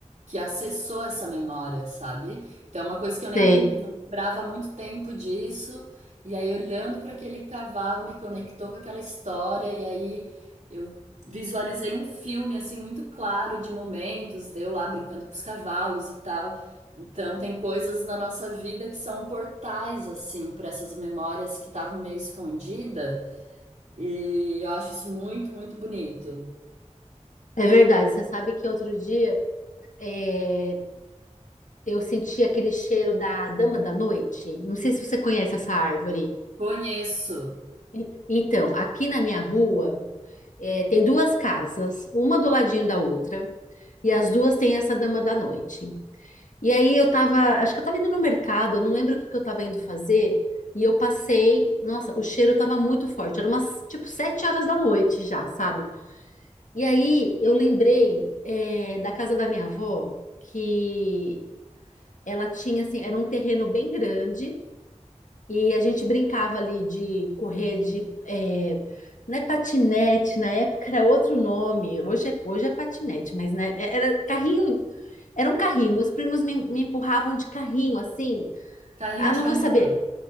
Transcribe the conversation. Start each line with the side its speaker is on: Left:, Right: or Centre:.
Right: que acessou essa memória, sabe? Então é uma coisa que eu nem
Left: sei,
Right: não lembrava há muito tempo disso, e aí olhando para aquele cavalo me conectou com aquela história e aí eu visualizei um filme assim muito claro de momentos, de eu lá brincando com os cavalos e tal. Então tem coisas na nossa vida que são portais assim para essas memórias que estavam meio escondidas, e eu acho isso muito, muito bonito.
Left: é verdade. Você sabe que outro dia é, eu senti aquele cheiro da dama da noite. Não sei se você conhece essa árvore.
Right: Conheço.
Left: E- Então, aqui na minha rua, eh, tem duas casas, uma do ladinho da outra, e as duas têm essa dama da noite. E aí eu tava, acho que eu tava indo no mercado, eu não lembro o que que eu tava indo fazer, e eu passei, nossa, o cheiro tava muito forte, era umas, tipo, sete horas da noite já, sabe? E aí eu lembrei, eh, da casa da minha avó, que ela tinha, assim, era um terreno bem grande, E a gente brincava ali de correr de. eh, não é patinete, na época era outro nome, hoje é, hoje é patinete, mas né, é, era carrinho, era um carrinho. Meus primos me, me empurravam de carrinho, assim.
Right: Carrinho
Left: Ah,
Right: de
Left: não
Right: rolimã.
Left: vou saber.